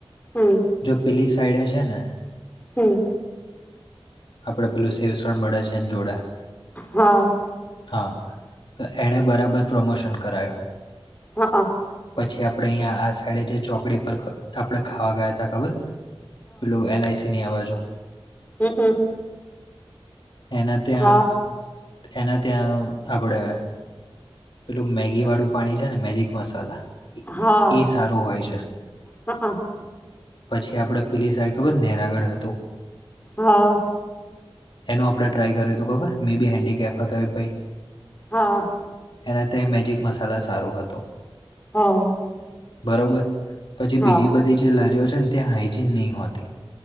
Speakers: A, on the left (about 20°); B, on the left (about 55°).
A: હમ
B: જો પેલી સાઈડે છે ને.
A: હમ.
B: આપડે પેલું સેવસણ મળે છે ને જોડે.
A: હા.
B: હા તો એણે બરાબર પ્રમોશન કરાયો.
A: હા હ.
B: પછી આપણેે અહીંયા આ સાઈડે જે ચોકડી પર આપણે ખાવા ગયા હતા ખબર. પેલું એલઆઈસીની અઆ બાજુ.
A: હમ હમ.
B: એના ત્યાં
A: હા
B: એના ત્યાં આપડે. પેલું મેગી વાળું પાણી છે ને મેજિક મસાલા
A: હા
B: ઈ સારું હોય છે.
A: હા હા
B: પછી આપણે પેલી સાઈડ ખબર નેહરાગઢ હતું
A: હા.
B: એનું આપણે ટ્રાય કર્યું તું ખબર, મેબી હેન્ડીકેપ હતો <unintelligible>
A: હા.
B: એને તો એ મેજિક મસાલા સારો હતો.
A: હા.
B: બરોબર. પછી
A: હા
B: બીજી બધી જે લારીઓ છે ને તે હાઈજીન નહીં હોતી.